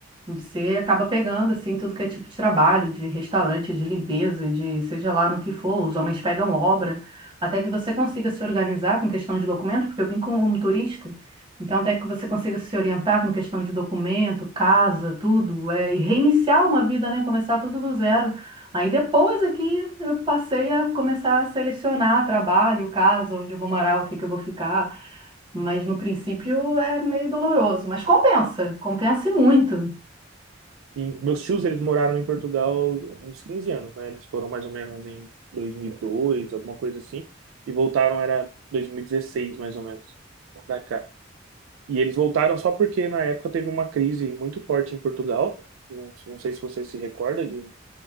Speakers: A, on the right; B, on the right.
A: Você acaba pegando assim tudo que é tipo de trabalho, de restaurante, de limpeza, de seja lá no que for, os homens pegam obra, até que você consiga se organizar com questão de documento, porque eu vim como um turista, então até que você consiga se orientar com questão de documento, casa, tudo, é, e reiniciar uma vida, né? Começar tudo do zero. Aí depois aqui eu passei a começar a selecionar trabalho, casa, onde eu vou morar, o que que eu vou ficar, mas no princípio é meio doloroso, mas compensa, compensa e muito.
B: E meus tios, eles moraram em Portugal uns 15 anos, né? Eles foram mais ou menos em dois mil e dois alguma coisa assim, e voltaram era 2016, mais ou menos, pra cá. E eles voltaram só porque na época teve uma crise muito forte em Portugal. Não, não sei se você se recorda de